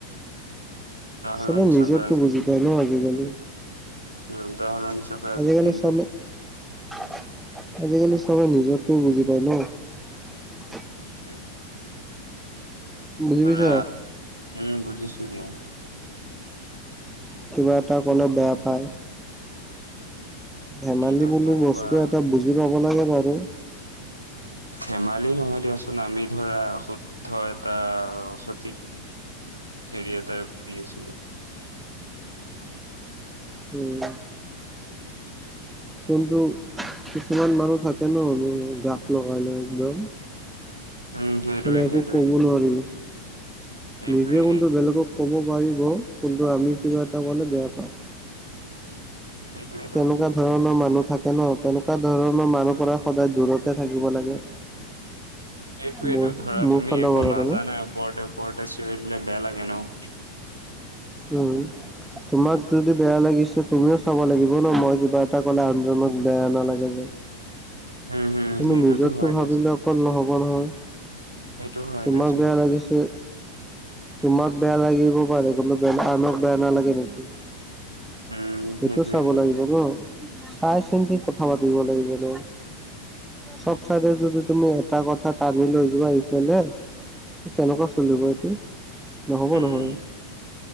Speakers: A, on the right; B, in the centre.
A: উদাহৰণ
B: চবে
A: হিচাপে
B: নিজৰটো বুজি পায় ন আজিকালি।
A: ত উদাহৰণ হিচাপে আজি
B: আজিকালি
A: দিনটো
B: চবে আজিকালি চবে নিজৰটোও বুজি পায় ন
A: ত
B: বুজি
A: পাৰা
B: পাইছা
A: উম বুজিছ জুনিয়ৰ
B: কিবা এটা কলে বেয়া পায়। ধেমালি
A: কি নকবা
B: বুলি বস্তু
A: আৰু
B: এটা বুজি পাব লাগে বাৰু।
A: ধেমালি নহয় দিয়াচোন আমি ধৰা শুদ্ধ এটা সঠিক হেৰি এটাৰ বীজ
B: উম। কিন্তু কিছুমান মানুহ থাকে ন ম গাত লগাই লৈ একদম।
A: উম সেইটোৱে
B: মানে একো
A: সেইটোৱে
B: কব নোৱাৰি।
A: সেইটোৱে
B: নিজে
A: সেই
B: কিন্তু বেলেগক ক'ব। নোৱাৰিব কিন্তু আমি কিবা এটা কলে বেয়া পায়।
A: সেইটোৱেটো
B: তেনেকুৱা ধৰণৰ মানুহ থাকে ন তেনেকুৱা ধৰণৰ মানুহৰ পৰা সদায় দূৰতে থাকিব লাগে।
A: সেইটোয়টো
B: মোৰ
A: ধৰা
B: মোৰ
A: তুমি
B: ফালৰ
A: একো
B: পৰা
A: নাজানাই
B: মানে
A: ওপৰতে ওপৰতে চিঞৰি দিলে বেয়া লাগে ন। <unintelligible>
B: উম তোমাক যদি বেয়া লাগিছে তুমিও চাব লাগিব ন মই কিবা এটা ক'লে আনজনক। বেয়া নালাগে যে।
A: উম হম
B: তুমি
A: সেইটোতো
B: নিজৰটো
A: হয়
B: ভাবিলে
A: দিয়াচোন
B: অকল নহ'ব নহয়।
A: সেইটো হয়
B: তোমাক
A: দিয়াচোন
B: বেয়া লাগিছে। তোমাক বেয়া লাগিব পাৰে কোনো বে আনক বেয়া নালাগে নেকি।
A: উম
B: সেইটো
A: সেইটোৱে
B: চাব
A: সেইটোৱে
B: লাগিব ন। চাই চিন্তি কথা পাতিব লাগিব। চব চাৰে যদি তুমি এটা কথা টানি লৈ যোৱা সফালে। কেনেকুৱা চলিব এইটো নহ'ব
A: উম
B: নহয়।